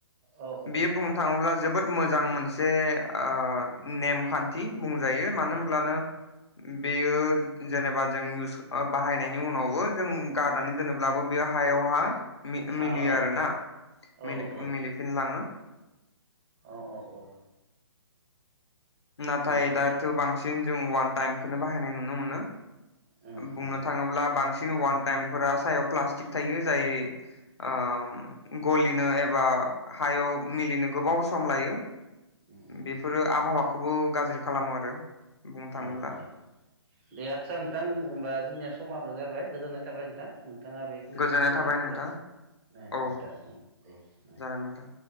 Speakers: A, on the right; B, on the left.
A: औ
B: बे बुंनो थाङोब्ला थोबोद मोजां मोनसे ओ
A: औ
B: नेमखान थि बुंजायो। मानो
A: औ
B: होनब्लानो
A: औ
B: बेयो जेनेबा जों इउस बाहायनायनि उनावबो जों गारनानै दोनोब्लाबो बे हायावहा मि-मिलियो
A: हा औ
B: आरोना।
A: औ
B: मिलि-मिलिफिनलाङो।
A: औ औ औ औ।
B: नाथाय
A: नंगौ नोंथां
B: दाथ' बांसिन जों अवान टाइमखोनो
A: उम
B: बाहायनाय नुनो मोनो।
A: उम
B: बुंनो
A: उम
B: थाङोब्ला बांसि न अवान टाइमफोरा सायाव प्लास्टिक थायो जाय ओम
A: उम
B: गलि नो एबा हायाव मिलिनो गोबाव सम लायो।
A: उम उम
B: बेफोरो आबहावा खौ गाज्रि खालामो आरो। बुंनो थाङोब्ला
A: औ नोंथां। दे आटचा नोंथां होमबा जोंनिया समाबो जाबाय गोजोननाय थाबाय नोंथां। नोंथाङा बेखिनि
B: गोजोननाय
A: समखौ
B: थाबाय
A: होनायनि थाखाय।
B: नोंथां
A: दे
B: औ
A: नोंथां उम दे।
B: जागोन नोंथां